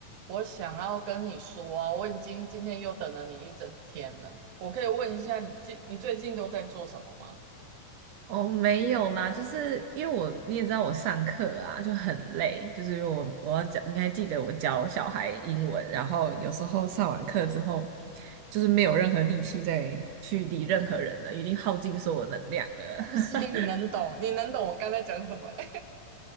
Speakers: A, on the right (about 70°); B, on the right (about 85°).
A: 我想要跟你说啊，我已经今天又等了你一整天了。我可以问一下你近你最近都在做什么吗？
B: 哦，没有啦，就是因为我你也知道我上课啊就很累，就是我我要教，你还记得我教小孩英文，然后有时候上完课之后，就是没有任何力气再去理任何人了，已经耗尽所有能量了。
A: 哦，所以你能懂，
B: <laughs>
A: 你能懂我刚才讲什么欸？